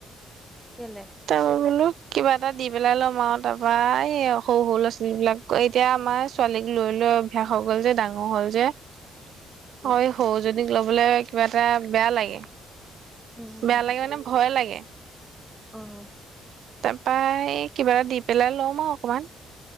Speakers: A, in the centre; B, on the right.
A: কেলে
B: তা বলো কিবা এটা দি পেলাই লম আৰু তাৰপা এই সৰু সৰু ল'ৰা ছোৱালী বিলাক এতিয়া আমাৰ ছোৱালীক লৈ লৈ অভ্যাস হৈ গ'ল যে ডাঙৰ হ'ল যে অ
A: উম
B: সৰুজনীক লবলৈ কিবা এটা বেয়া লাগে
A: উম
B: বেয়া লাগে মানে ভয় লাগে
A: উম
B: তাপা এই কিবা এটা দি পেলাই লম আৰু অকমান